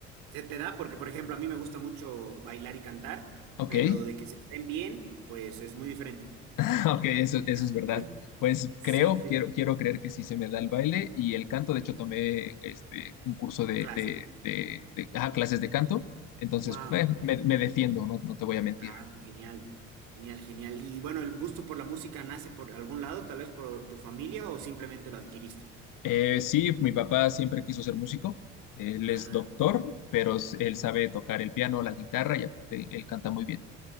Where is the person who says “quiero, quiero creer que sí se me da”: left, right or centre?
Left